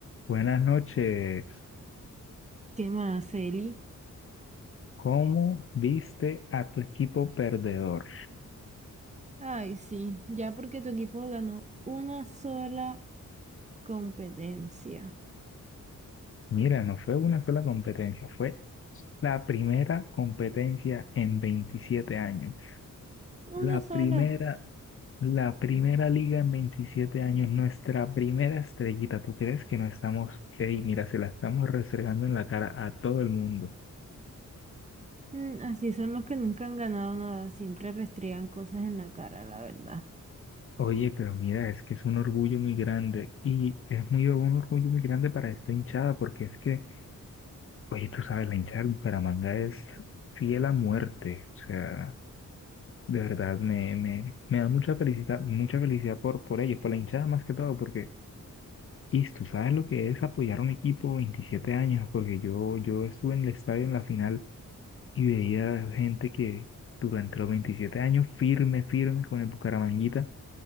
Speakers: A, on the left; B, on the right.
A: Buenas noches.
B: ¿Qué más, Eli?
A: ¿Cómo viste a tu equipo perdedor?
B: Ay, sí, ya porque tu equipo ganó una sola competencia.
A: Mira, no fue una sola competencia, fue la primera competencia en 27 años. La
B: Una
A: primera,
B: sola.
A: la primera liga en 27 años, nuestra primera estrellita. ¿Tú crees que no estamos, ey, mira, se la estamos restregando en la cara a todo el mundo?
B: Mm, así son los que nunca han ganado nada, siempre restriegan cosas en la cara, la verdad.
A: Oye, pero mira, es que es un orgullo muy grande y es muy un orgullo muy grande para esta hinchada porque es que Oye, tú sabes, la hinchada de Bucaramanga es fiel a muerte. O sea, de verdad me, me, me da mucha felicidad, mucha felicidad por, por ellos, por la hinchada más que todo, porque, y tú sabes lo que es apoyar a un equipo 27 años, porque yo, yo estuve en el estadio en la final y veía gente que durante los 27 años firme, firme con el Bucaramanguita